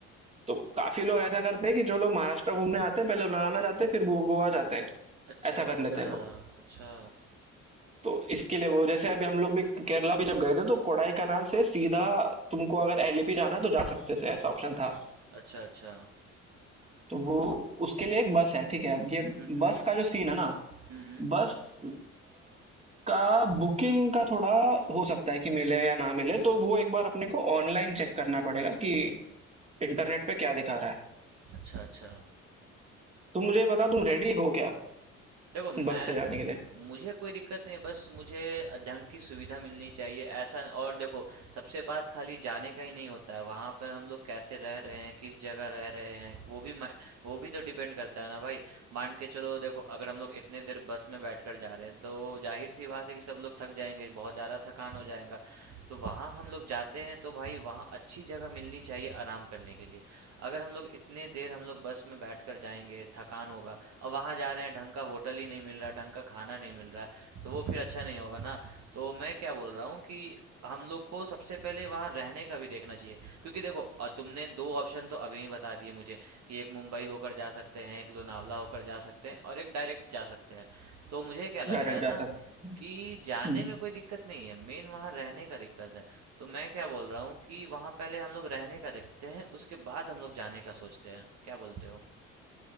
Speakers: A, on the right; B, on the right.
A: तो काफी लोग ऐसा करते हैं कि जो लोग महाराष्ट्र घूमने आते हैं पहले लोनावला जाते हैं फिर गो- गोवा जाते हैं
B: अच्छा,
A: ऐसा कर
B: अच्छा।
A: लेते हैं लोग
B: अच्छा।
A: तो इसके लिए वो जैसे अभी हम लोग भी केरला भी जब गए थे तो कोडाई कनाल से सीधा तुमको अगर एलिपी जाना है तो जा सकते थे ऐसा ऑप्शन था
B: अच्छा, अच्छा।
A: तो वो उसके लिए एक बस है ठीक है अब ये
B: हुँ, हुँ।
A: बस का जो सीन है ना
B: हुँ, हुँ।
A: बस अ, का बुकिंग का थोड़ा हो सकता है कि मिले या ना मिले तो वो एक बार अपने को ऑनलाइन चेक करना पड़ेगा कि इंटरनेट पे क्या दिखा रहा है
B: अच्छा, अच्छा।
A: तुम मुझे ये बताओ तुम रेडी हो क्या
B: देखो मैं
A: बस से जाने के लिए
B: मुझे कोई दिक्कत नहीं है बस मुझे ढंग की सुविधा मिलनी चाहिए ऐसा और देखो सबसे बात खाली जाने का ही नहीं होता है वहां पे हम लोग कैसे रह रहे हैं किस जगह रह रहे हैं वो भी मै- वो भी तो डिपेंड करता है ना भाई मान के चलो देखो अगर हम लोग इतने देर बस में बैठकर जा रहे हैं तो जाहिर सी बात है कि सब लोग थक जाएंगे बहुत ज्यादा थकान हो जाएगा तो वहां हम लोग जाते हैं तो भाई वहाँ अच्छी जगह मिलनी चाहिए आराम करने के लिए अगर हम लोग इतने देर हम लोग बस में बैठकर जाएंगे थकान होगा और वहाँ जा रहे हैं ढंग का होटल ही नहीं मिल रहा है ढंग का खाना नहीं मिल रहा है तो वो फिर अच्छा नहीं होगा ना तो मैं क्या बोल रहा हूँ कि हम लोग को सबसे पहले वहाँ रहने का भी देखना चाहिए क्योंकि देखो अ, तुमने दो ऑप्शन तो अभी ही बता दिए मुझे कि एक मुंबई होकर जा सकते हैं एक लोनावला होकर जा सकते हैं और एक डायरेक्ट जा सकते हैं तो मुझे क्या लग
A: डायरेक्ट
B: रहा है
A: जा
B: ना
A: सकते हैं
B: कि जाने
A: हम्म,
B: में कोई दिक्कत नहीं है मेन वहाँ रहने का दिक्कत है तो मैं क्या बोल रहा हूँ कि वहाँ पहले हम लोग रहने का देखते हैं उसके बाद हम लोग जाने का सोचते हैं क्या बोलते हो